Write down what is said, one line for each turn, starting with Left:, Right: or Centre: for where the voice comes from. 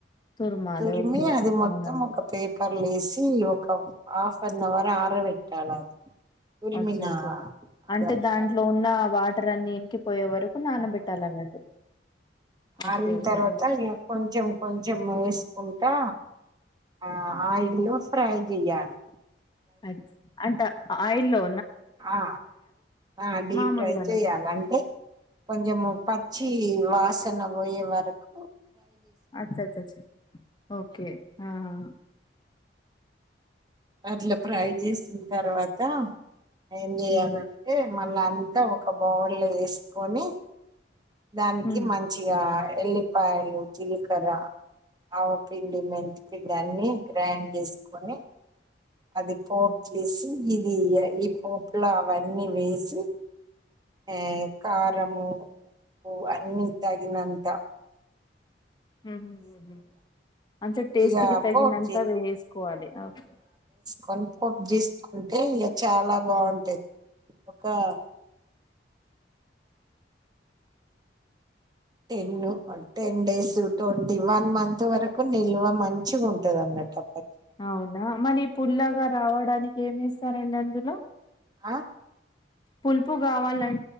Left: తుర్మాలి
Right: తురిమీ
Left: ఓకే
Right: అది మొత్తం
Left: అవునా
Right: ఒక పేప్ పర్ లేసీ ఒకా హాఫ్ అన్ అవర్ ఆరబెట్టాల అది. తురిమిన
Left: అచ్చ అచ్చ అచ్చ
Right: అదంతా
Left: అంటే దాంట్లో ఉన్నా వాటర్ అన్నీ ఇంకి. పోయే వరకు నానబెట్టాలన్నట్టు. ఓకే
Right: ఆరిన్
Left: ఓకే
Right: తర్వాతా ఇగా కొంచెం కొంచెం ఏసి. కుంటా ఆ ఆయిల్లో ఫ్రై జెయ్యాలి.
Left: అచ్ అంటా ఆయిల్లో
Right: ఆ ఆ డీప్
Left: మామూలుగానా
Right: ఫ్రై చెయ్యాల అంటే కొంచెము ప ఛ్ఛీ వాసన పొయ్యే వరకూ.
Left: అచ్చ అచ్చ ఛ ఓకే ఆహా
Right: అట్లా ఫ్రై చేసిన్ తర్వాతా ఏం జెయ్యాలంటే.
Left: హ్మ్
Right: మళ్ళా అంతా ఒక బౌల్లో ఏసుకొనీ దానికి
Left: హ్మ్
Right: మంచిగా ఎల్లిపాయలు, జిల్కరా ఆవపిండి, మెంతి పిండి అన్నీ గ్రైండ్ చేసుకొని. అది పోపు చేసి ఇది ఈ పోపులో అవన్నీ వేసి. ఆఇది కారమూ, ఉప్పూ అన్నీ తగినంతా
Left: ఊహ్ము ఊహ్ము అంచే టేస్ట్
Right: ఇక
Left: కి తగినంతా
Right: పోపు
Left: వేసుకోవాలి అ ఓకే.
Right: కొంచెం జీసుకుంటే ఇగ చాలా బాగుంటది ఒకా ten ten days twenty one month వరకు నిల్వ మంచిగుంటది అన్నట్లు.
Left: అవునా మరి పుల్లగా రావడానికి ఏమి ఏస్తారండి అందులో.
Right: ఆ
Left: పుల్పు గావాలం